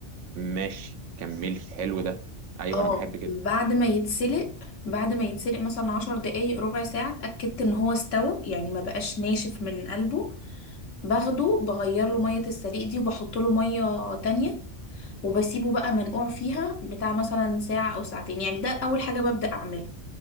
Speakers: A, on the right (about 80°); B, on the left (about 85°).
A: ماشي كملي حلو ده ايوه
B: اه
A: انا بحب كده
B: بعد ما يتسلق بعد ما يتسلق مثلا عشر دقايق ربع ساعة اتأكدت ان هو استوى يعني ما بقاش ناشف من قلبه باخده بغير له مية السليق دي وبحط له مية تانية وبسيبه بقى منقوع فيها بتاع مثلا ساعة أو ساعتين يعني ده أول حاجة ببدأ أعملها